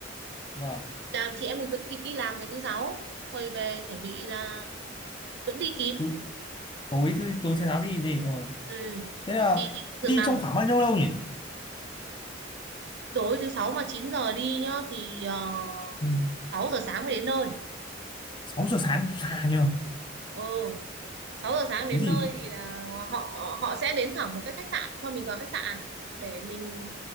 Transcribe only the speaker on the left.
vâng
thứ tối thứ tối thứ sáu đi gì ờ
thế là
đi
trong khoảng bao nhiêu lâu nhỉ
ừ.
6 giờ sáng xa nhờ
thế thì